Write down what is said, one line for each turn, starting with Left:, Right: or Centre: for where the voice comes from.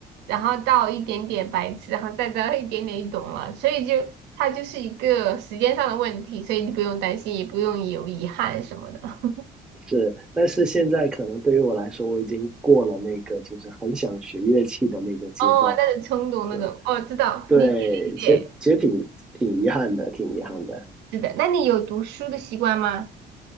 Right: 然后到一点点白痴，然后再到一点点懂了，所以就它就是一个时间上的问题，所以你不用担心，也不用有遗憾什么的。<laughs>
Centre: 是，但是现在可能对于我来说，我已经过了那个就是很想学乐器的那个阶段了。
Right: 哦，那种冲动那种，
Centre: 对，
Right: 哦，知道，
Centre: 对其实其实挺挺遗憾的，
Right: 理解理解，
Centre: 挺遗憾的。
Right: 是的，那你有读书的习惯吗？